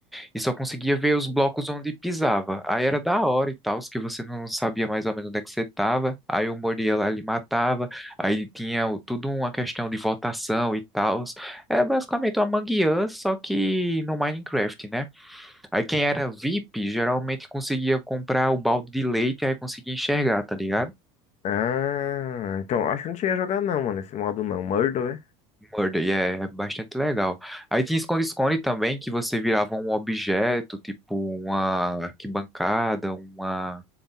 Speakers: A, in the centre; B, on the left.
A: e só conseguia ver os blocos onde pisava. Aí era da hora e tal, que você não sabia mais ou menos onde é que você tava. Aí o Moriel ali matava, aí tinha o- tudo uma questão de votação e tal. É basicamente uma mangueira, só que no Minecraft, né? Aí quem era VIP geralmente conseguia comprar o balde de leite aí conseguia enxergar, tá ligado?
B: Ah, então acho que não cheguei a jogar não, mano, esse modo não. Murder, é?
A: Murder, e é é bastante legal. Aí tinha esconde-esconde também, que você virava um objeto, tipo uma arquibancada, uma,